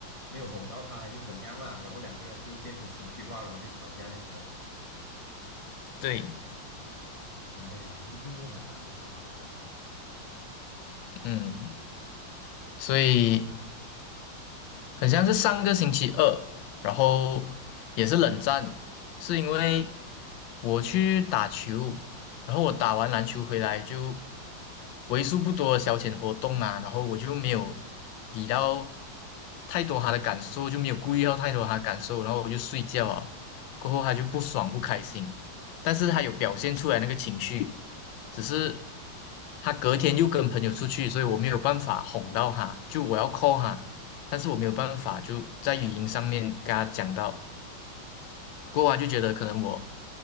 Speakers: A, on the left; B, on the left.
A: 没有哄到他还是怎样啦，然后两个人就变成情绪化，然后就吵架这样子。
B: 对，
A: 哎呀，异地是很难的啦，我觉得
B: 嗯，所以很像是上个星期二，然后也是冷战，是因为我去打球，然后我打完篮球回来就为数不多的消遣活动嘛，然后我就没有理到太多他的感受，就没有顾虑到太多他的感受，然后我就睡觉啊，过后他就不爽不开心，但是他有表现出来那个情绪，只是他隔天又跟朋友出去，所以我没有办法哄到他，就我要 call 他。但是我没有办法就在语音上面跟他讲到，过后他就觉得可能我